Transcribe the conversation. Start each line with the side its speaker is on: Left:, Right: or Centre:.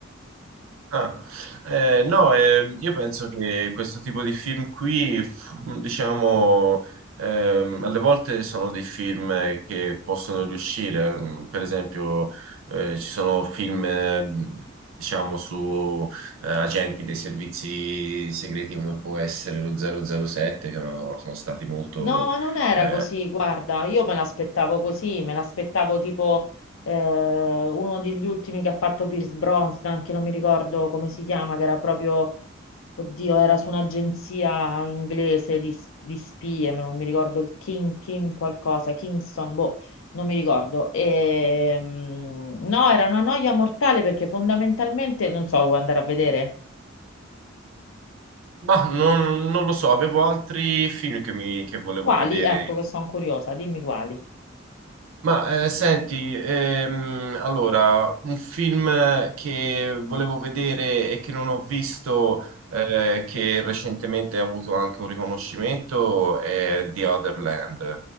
Right: Ah, eh, no, eh, io penso che questo tipo di film qui, f- diciamo, ehm, alle volte sono dei film eh, che possono riuscire. Mm, Per esempio, eh, ci sono film, eh, diciamo, su eh, agenti dei servizi segreti come può essere lo 007, che no, sono stati molto...
Left: No, ma non era
Right: eh,
Left: così, guarda, io me l'aspettavo così, me l'aspettavo tipo eh, uno degli ultimi che ha fatto Pierce Brosnan, che non mi ricordo come si chiama, che era proprio, oddio, era su un'agenzia inglese di, di spie, ma non mi ricordo il King, King qualcosa, Kingston, boh, non mi ricordo. E, mm, no, era una noia mortale perché fondamentalmente, non so, lo vuoi andare a vedere?
Right: ma non, non lo so, avevo altri film che, mi- che volevo
Left: Quali?
Right: vedere
Left: Ecco che sono curiosa, dimmi quali.
Right: Ma eh, senti, ehm, allora, un film che volevo vedere e che non ho visto, eh, che recentemente ha avuto anche un riconoscimento, è The Other Land,